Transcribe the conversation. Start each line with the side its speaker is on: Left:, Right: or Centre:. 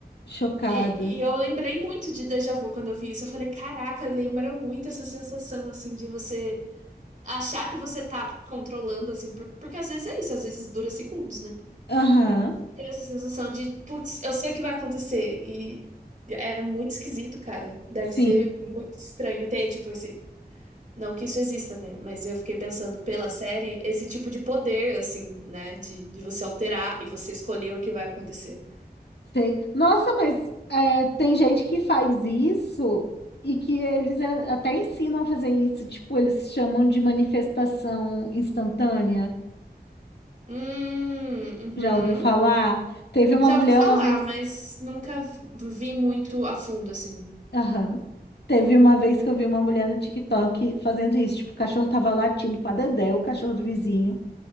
Left: Chocada.
Right: E, e eu lembrei muito de déjà vu quando eu vi isso. Eu falei, caraca, lembra muito essa sensação, assim, de você achar que você tá controlando, assim, por- porque às vezes é isso, às vezes dura segundos, né?
Left: Aham.
Right: Tem essa sensação de, putz, eu sei o que vai acontecer. E é muito esquisito, cara. Deve
Left: Sim.
Right: ser muito estranho ter, tipo, esse não que isso exista, né? Mas eu fiquei pensando pela série, esse tipo de poder, assim, né? De, de você alterar e você escolher o que vai acontecer.
Left: Sei. Nossa, mas é, tem gente que faz isso e que eles é, até ensinam a fazer isso. Tipo, eles chamam de manifestação instantânea.
Right: Hum, uhum.
Left: Já ouviu falar? Teve uma
Right: Já
Left: mulher
Right: ouvi falar,
Left: uma vez.
Right: mas nunca vi vi muito a fundo, assim.
Left: Aham. Teve uma vez que eu vi uma mulher no TikTok fazendo isso. Tipo, o cachorro tava latindo pra Dedé, o cachorro do vizinho.